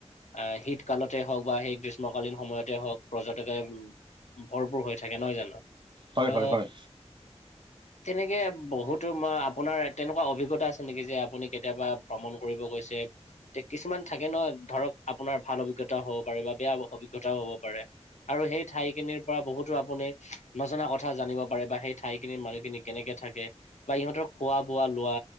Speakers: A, on the left; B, on the right.
A: আহ শীত কালতে হওক বা সেই গ্ৰীষ্মকালীন সময়তে হওক পৰ্যটকে ভৰপুৰ হৈ থাকে, নহয় জানো?
B: হয় হয়
A: অ
B: হয়
A: তেনেকে বহুতো মই আপোনাৰ তেনেকুৱা অভিজ্ঞতা আছে নেকি যে আপুনি কেতিয়াবা ভ্ৰমণ কৰিব গৈছে? কিছুমান থাকে ন ধৰক আপোনাৰ ভাল অভিজ্ঞতাও হ'ব পাৰে, বা বেয়া অভিজ্ঞতাও হ'ব পাৰে। আৰু সেই ঠাইখিনিৰ পৰা বহুতো আপুনি নজনা কথা জানিব পাৰে বা সেই ঠাইখিনিৰ মানুহখিনিক কেনেকে থাকে বা ইহঁতৰ খোৱা, বোৱা, লোৱা